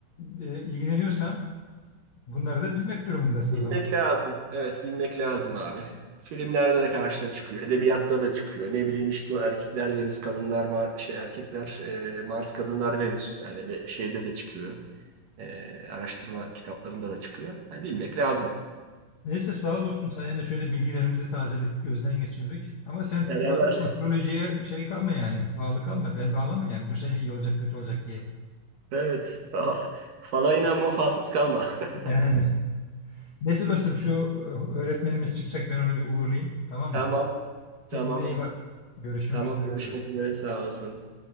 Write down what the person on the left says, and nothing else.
e, ilgileniyorsan bunları da bilmek durumundasın
o zaman.
Neyse sağ ol dostum sayende şöyle bilgilerimizi tazeledik, gözden geçirdik. Ama sen fazla
da astrolojiye şey kalma yani, bağlı kalma, bel bağlama yani bu sene iyi olacak, kötü olacak diye.
Yani neyse dostum şu e, öğretmenimiz çıkacak ben onu bir uğurlayayım tamam
mı?
Kendine iyi bak. Görüşmek
üzere
diyorum.